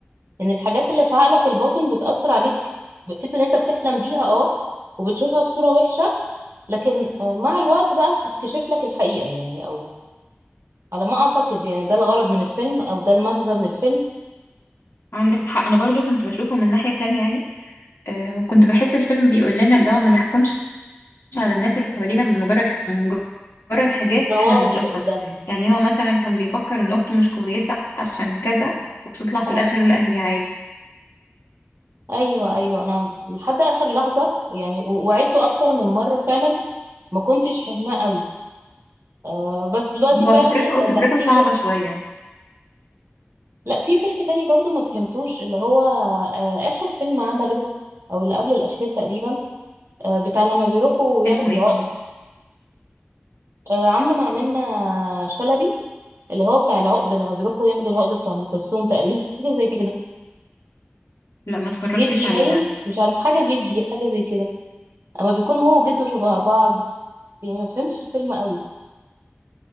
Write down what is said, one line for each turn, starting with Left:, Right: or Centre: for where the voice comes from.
Right: ان الحاجات اللي في عقلك الباطن بتاثر عليك بحيث ان انت بتحلم بيها اه وبتشوفها في صوره وحشه لكن آه، مع الوقت بقى بتتكشف لك الحقيقه يعني او على ما اعتقد يعني ده الغرض من الفيلم او ده المغزى من الفيلم
Left: عندك حق انا برضو كنت بشوفه من ناحية تانية يعني آه كنت بحس الفيلم بيقول لنا اللي هو ما نحكمش على الناس اللي حوالينا من مجرد من مجرد حاجات
Right: بالظواهر
Left: احنا بنشوفها
Right: اللي قدامنا
Left: يعني هو مثلا كان بيفكر ان اخته مش كويسة عشان كذا وبتطلع في
Right: اه
Left: الاخر لا هي عادي
Right: ايوه ايوه انا لحد اخر لحظه يعني و- وعدته اكتر من مره فعلا ما كنتش فاهماه قوي آه بس دلوقتي فعلا
Left: هو فكرته
Right: يعني وضحتيه
Left: فكرته صعبة
Right: لي انت
Left: شوية
Right: لا في فيلم تاني برضو ما فهمتوش اللي هو آه، آخر فيلم عمله أو اللي قبل الأخير تقريبا آه، بتاع لما بيروحوا ياخدوا
Left: اسمه ايه
Right: العقد
Left: طبعا
Right: آه، عامله مع منة شلبي اللي هو بتاع العقد لما بيروحوا ياخدوا العقد بتاع أم كلثوم تقريبا <laughs> حاجة زي كده
Left: لا ما اتفرجتش
Right: جدي
Left: عليه
Right: باين
Left: ده
Right: مش عارف حاجة جدي حاجة زي كده أما بيكون هو وجده شبه بعض يعني ما فهمتش الفيلم قوي